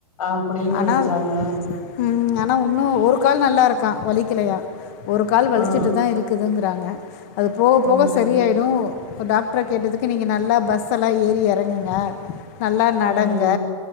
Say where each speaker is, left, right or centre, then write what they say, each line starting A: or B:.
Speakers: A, on the left; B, on the left.
A: அப்டின்னு நெனச்சாங்க
B: ஆனா அது ம் ஆனா உன்னு ஒரு கால் நல்லாருக்கா வலிக்கலையா ஒரு கால் வலிச்சிட்டுதா
A: ஆ ஆ
B: இருக்குதுங்கிறாங்க அது போக போக
A: ஓஹோ
B: சரியாயிரு அவுரு டாக்ட்ர கேட்டதுக்கு நீங்க நல்லா பஸ்ஸெல்லா ஏறி எறங்கு ங்க நல்லா நடங்க
A: ம் ம்